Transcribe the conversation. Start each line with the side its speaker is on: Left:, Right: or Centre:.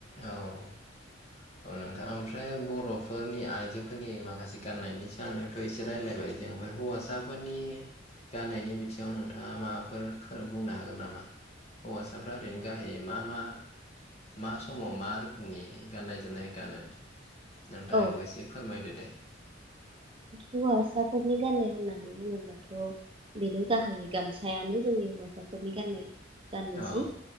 Left: औ औ नोंथां आं ओमफ्राय बर'फोरनि आइ जोफोरनि माखासे गाननायनि साननायावथ' एसे रायजलायबाय जों ओमफाय हौवासाफोरनि गाननायनि बिथिङाव नोंथाङा माबाफोर फोर बुंनो हागोन नामा हौवासाफ्रा ओरैनो गाहायै मा मा मा समाव मा रोखोमनि गाननाय जोमनाय गानो। नोंथांआ
Right: औ
Left: एखौ एसे फोरमायदो दे <inaudible>
Right: हौवासाफोरनि गान्नाय होननानै बुङोब्लाथ' बेनो गाहायै गामसायानो जोंनि हौवासाफोरनि गान्नाय गानोजि
Left: औ